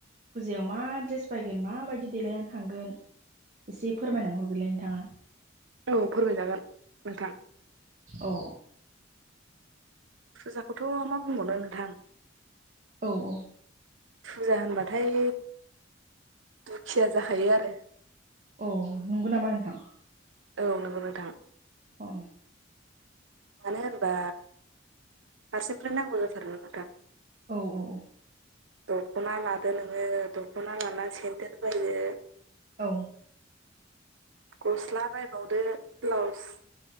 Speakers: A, on the right (about 40°); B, on the right (about 75°).
A: फुजायाव मा ड्रेस बायगोन माबायदि देलायनानै थांगोन? एसे फोरमायनानै हरगोरलाय नोंथाङा?
B: औ फोरमायजागोन नोंथां
A: औ
B: फुजाखौथ मा बुंबावनो नोंथां
A: औ औ
B: फुजा होनबाथाय दुखिया जाखायो आरो
A: औ नंगौ नामा नोंथां?
B: औ नंगौ नोंथां
A: अ
B: मानो होनबा फारसेनिफ्राय नांगौ जाथारोना नोंथां
A: औ औ
B: दखना लादो नोङो दखना लानानै सेन्देर बायदो
A: औ
B: गस्ला बायबावदो ब्लाउस